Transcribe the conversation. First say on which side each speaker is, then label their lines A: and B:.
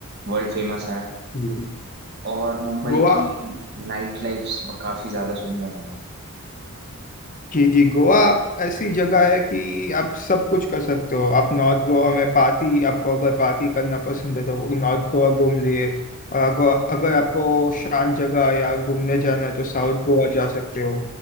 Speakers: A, on the right; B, on the left.
A: वर्ल्ड फेमस हैं
B: हम्म।
A: और मुंबई
B: गोवा
A: की नाइट लाइफ काफी ज्यादा सुनी है मैंने
B: जी जी गोवा आप ऐसी जगह है कि आप सब कुछ कर सकते हो आप नॉर्थ गोवा में पार्टी आपको अगर पार्टी करना पसंद है तो वो नॉर्थ गोवा घूम लिए और अगर अगर आपको शांत जगह या घूमने जाना है तो साउथ गोवा जा सकते हो